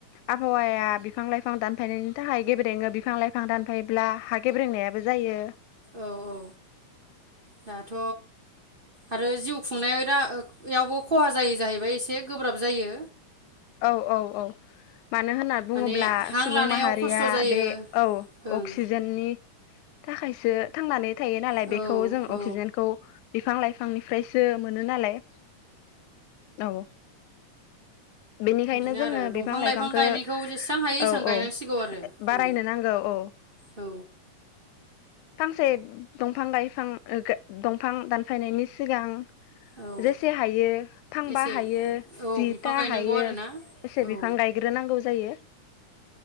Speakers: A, on the left; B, on the right.
A: आबहावाया बिफां लाइफां दानफायनायनि थाखाय गेब्रेनो बिफां लाइफां दानफायोब्ला गेब्रेंनायाबो जायो
B: औ औ दाथ' आरो जिउ खुंनायाव रायावबो खहा जायो जाहैबाय एसे गोब्राब जायो।
A: औ औ औ मानो होनना बुङोब्ला
B: माने हां
A: सुबुं
B: लानायाव
A: माहारिया
B: खस्थ' जायो
A: बे औ
B: ओं
A: अक्सिजेननि थाखायसो थांनानै थायो नालाय
B: औ
A: बेखौ जों
B: औ
A: अक्सिजेनखौ बिफां लाइफां बिफांनिफ्राय जो मोनो नालाय औ। बेनिखायनो
B: बिदिनो
A: जोङो
B: आरो दंफां
A: बिफां लाइफांखौ
B: लाइफां गायनायखौ जेसेबां हायो एसेबां
A: औ
B: गायनांसिगौ
A: औ
B: आरो
A: बारायनो
B: औ
A: नांगौ औ।
B: औ
A: फांसे दंफां गायफां दंफां दानफायनायनि सिगां।
B: औ
A: जेसे हायो फांबा
B: एसे
A: हायो
B: औ
A: जिथा।
B: बिफां गायनांगौ
A: हायो
B: आरोना
A: बेसे
B: औ
A: बिफां गायग्रोनांगौ जायो।